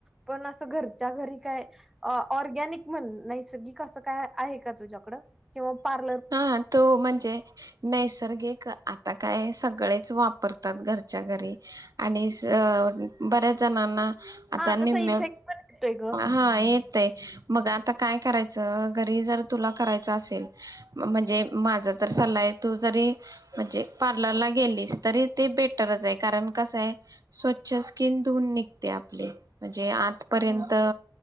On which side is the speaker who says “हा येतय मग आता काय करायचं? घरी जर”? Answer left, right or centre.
Right